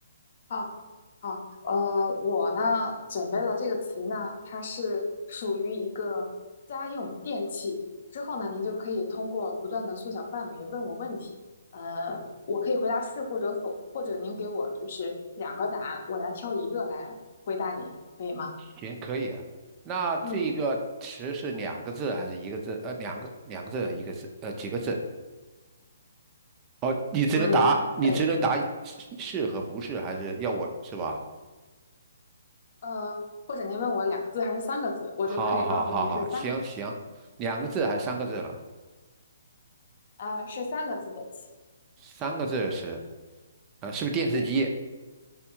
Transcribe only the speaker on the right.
行，可以啊。那这一个词是两个字还是一个字？
呃，两个两个字还是一个字？呃，几个字？哦，你只能答，
你只能答是是和不是，
还是要我是吧？
好好好好，行行，两个字还是三个字了？
三个字是，呃，是不是电视机？